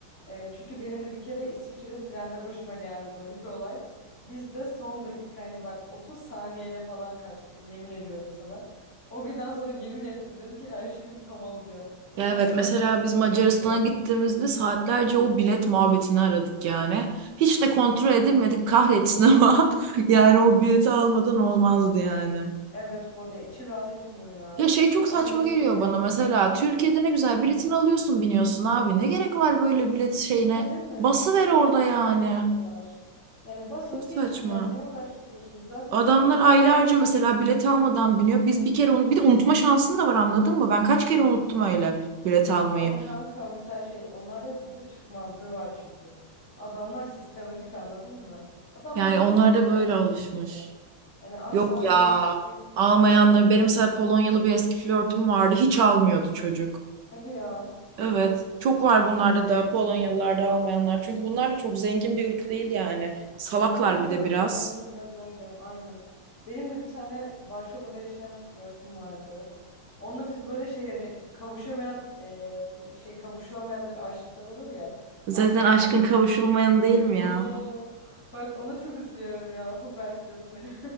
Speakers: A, on the left; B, on the right.
A: Ee, çünkü benim de bir kere İsviçre'de trende başıma geldi böyle bir olay. Biz de son dakika hani bak 30 saniyeyle falan kaçtık yemin ediyorum sana. O günden sonra yemin ettim dedim ki her şeyimi tam alacağım. <laughs>
B: Ya
A: Asla
B: evet mesela
A: biletsiz
B: biz Macaristan'a
A: binmeyeceğim.
B: gittiğimizde saatlerce o bilet muhabbetini aradık yani. Hiç de kontrol edilmedik kahretsin ama <laughs> yani o bileti almadan olmazdı yani.
A: Evet bu arada içim rahat etmiyor ya.
B: Ya şey çok
A: O
B: saçma
A: hani şey
B: geliyor
A: gerginliği.
B: bana mesela Türkiye'de ne güzel biletini alıyorsun biniyorsun abi ne gerek var böyle bilet şeyine
A: Ha değil mi?
B: basıver
A: Şey
B: orada
A: rastgele
B: yani.
A: yapıyorlar. Yani basın
B: Çok saçma.
A: geçin yani ne uğraştırıyorsunuz? Zaten
B: Adamlar
A: hani almak
B: aylarca
A: zorunlu.
B: mesela bilet almadan biniyor. Biz bir kere onu bir de unutma şansın da var anladın mı? Ben kaç kere unuttum öyle bilet almayı.
A: Ama kanka mesela şey onlarda bizde Türk mantığı var çünkü. Adamlar sistematik anladın mı? Adamlar
B: Yani
A: zaten
B: onlar
A: alıyorlar
B: da böyle
A: şey
B: alışmış.
A: yapıyorlar. Hani asla
B: Yok
A: hani
B: ya.
A: alma gibi şeyler
B: Almayanları
A: olmuyor.
B: benim mesela Polonyalı bir eski flörtüm vardı. Hiç almıyordu çocuk.
A: Hadi ya.
B: Evet. Çok var bunlarda da Polonyalılarda almayanlar. Çünkü bunlar da çok zengin bir ırk değil yani. Salaklar
A: Gerçi
B: bir
A: doğru
B: de biraz.
A: Polonya'da biraz öyle aynen. Benim de bir tane Varşova'da yaşayan bir flörtüm vardı. Onunla biz böyle şey yani kavuşamayan e, f- şey kavuşulamayan bir aşıklar olur ya.
B: Zaten
A: Aynen öyleydik.
B: aşkın kavuşulmayan değil mi
A: Oo,
B: ya?
A: bak ona çok üzülüyorum ya Hubert canım benim.